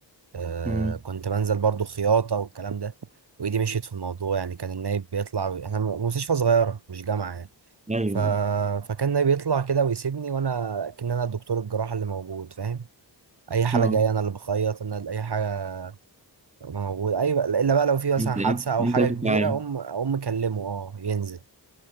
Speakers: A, on the right (about 65°); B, on the right (about 15°).
A: آه
B: مم.
A: كنت بنزل برضو خياطة والكلام ده وإيدي مشيت في الموضوع يعني كان النايب بيطلع إحنا م- مستشفى صغيرة مش جامعة يعني
B: أيوه
A: ف... فكان النايب يطلع كده ويسيبني وأنا كأن أنا الدكتور الجراحة اللي موجود فاهم أي حالة
B: أه
A: جاية أنا اللي بخيط أنا اللي أي حاجة موجود أي بقى... إلا بقى لو في مثلا
B: أنت
A: حادثة
B: أنت
A: أو
B: أنت
A: حاجة
B: بتتعامل
A: كبيرة أقوم أقوم مكلمه أه ينزل